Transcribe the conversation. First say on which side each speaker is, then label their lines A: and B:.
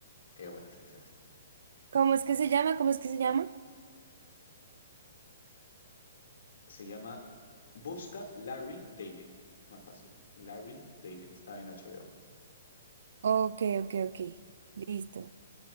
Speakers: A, on the left; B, on the right.
A: qué buena serie es esta.
B: ¿Cómo es que se llama? ¿Cómo es que se llama?
A: Se llama Busca Larry David. Más fácil. Larry David, está en HBO.
B: Ok, ok, ok. Listo.